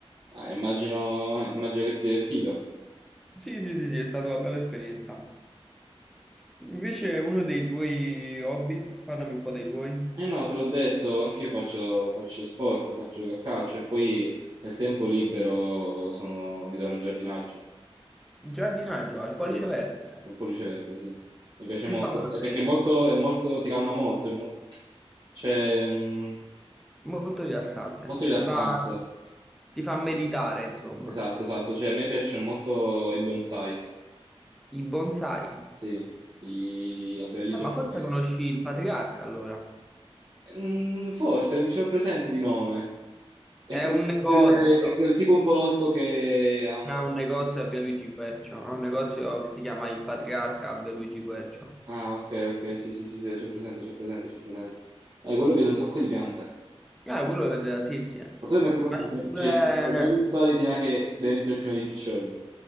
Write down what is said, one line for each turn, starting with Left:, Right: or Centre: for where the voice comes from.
Right: Ah, immagino, immagino che ti sia divertito.
Centre: Sì, sì, sì, sì, è stata una bella esperienza. Invece uno dei tuoi hobby, parlami un po' dei tuoi.
Right: Eh no, te l'ho detto, anche io faccio, faccio sport, faccio a calcio e poi nel tempo libero sono- mi do al giardinaggio.
Centre: Giardinaggio, il pollice
Right: Sì.
Centre: verde.
Right: Al pollice verde, sì. Mi piace molto,
Centre: E fammelo vedere.
Right: eh, perché è molto, è molto- ti calma molto, è mo- cioè, mh,
Centre: Molto rilassante.
Right: Molto rilassante,
Centre: Ti fa, ti fa meditare, insomma.
Right: esatto, esatto. Cioè, a me piacciono molto i bonsai,
Centre: I bonsai.
Right: sì, gli alberelli
Centre: Eh,
Right: giapponesi.
Centre: ma forse conosci il Patriarca, allora.
Right: Mm, forse mi ce l'ho presente di nome. È
Centre: È
Right: quel,
Centre: un negozio.
Right: quel- è quel tipo un po' losco che ha un...
Centre: Ha un negozio a Via Luigi Quercio. Ha un negozio che si chiama Il Patriarca a Via Luigi Quercio.
Right: Ah, ok, ok, sì, sì, sì, sì, c'è presente, c'è presente, c'è presente. Ah, quello vede un sacco di piante.
Centre: Eh, quello lo vende tantissimo.
Right: Ma tu hai mai, provato-
Centre: Ma c'è
Right: hai mai-
Centre: pure...
Right: cioè, hai mai visto la retina che dentro è pieno di piccioni?